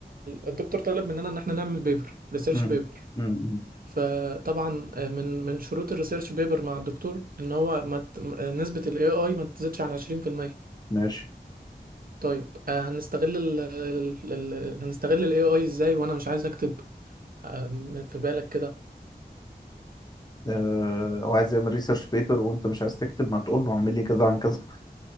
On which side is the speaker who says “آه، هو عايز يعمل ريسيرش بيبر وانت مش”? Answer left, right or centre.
Left